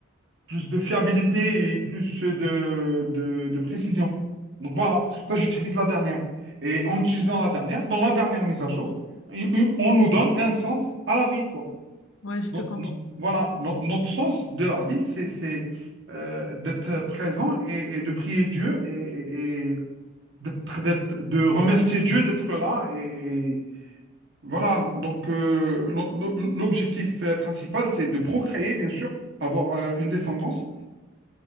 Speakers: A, on the right (about 60°); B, on the left (about 90°).
A: plus de fiabilité et plus de, de, de précision. Donc voilà, c'est pour ça que j'utilise la dernière. Et en utilisant la dernière, dans la dernière mise à jour, i- i- on nous donne un sens à la vie, quoi.
B: Ouais, je
A: No-
B: te comprends.
A: no- voilà, no- notre sens de la vie, c'est, c'est euh, d'être présent et, et de prier Dieu et, et- et d'être, d'être- de remercier Dieu d'être là. Et, et voilà, donc euh, l'o- l'o- l'objectif euh, principal, c'est de procréer, bien sûr, avoir euh, une descendance